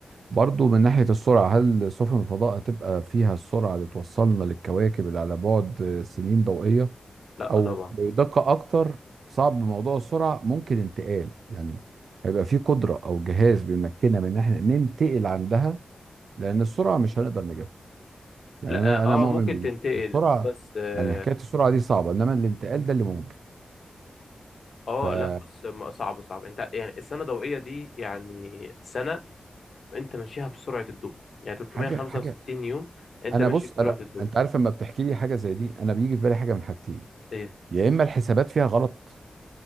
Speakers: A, on the right; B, on the left.
A: برضو من ناحيه السرعه هل سفن الفضاء هتبقى فيها السرعه اللي توصلنا للكواكب اللي على بعد آه، سنين ضوئيه
B: لا
A: او
B: طبعا
A: بدقه اكتر صعب موضوع السرعه ممكن انتقال يعني هيبقى في قدره او جهاز بيمكننا من ان احنا ننتقل عندها لان السرعه مش هنقدر نجيبها يعني
B: لا
A: انا
B: اه
A: انا مؤمن
B: آه، ممكن
A: بدي
B: تنتقل
A: السرعه
B: بس اه
A: يعني حكايه السرعه دي صعبه انما الانتقال ده اللي ممكن
B: آه،
A: فحاجه
B: لا بص ما- صعب صعب انت يعني السنه الضوئيه دي يعني سنه انت ماشيها بسرعة الضوء يعني 365
A: حاجه
B: يوم انت
A: انا
B: ماشي
A: بص
B: بسرعة
A: أنا
B: الضوء
A: انت عارف لما بتحكي لي حاجه زي دي انا بيجي في بالي حاجه من حاجتين
B: ايه
A: يا اما الحسابات فيها غلط